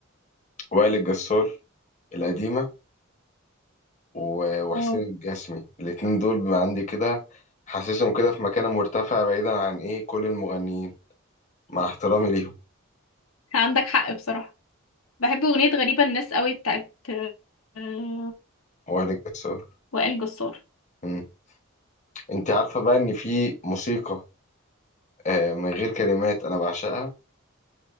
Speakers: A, on the left; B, on the left.
A: وائل الجسار القديمة و- وحسين
B: اه
A: الجسمي الاتنين دول بقى عندي كده حاسسهم كده في مكان مرتفع بعيدا عن ايه كل المغنيين مع احترامي ليهم
B: عندك حق بصراحة بحب أغنية غريبة الناس قوي بتاعت آه،
A: وائل جسار
B: وائل جسار
A: مم. انت عارفة بقى ان في موسيقى آه من غير كلمات انا بعشقها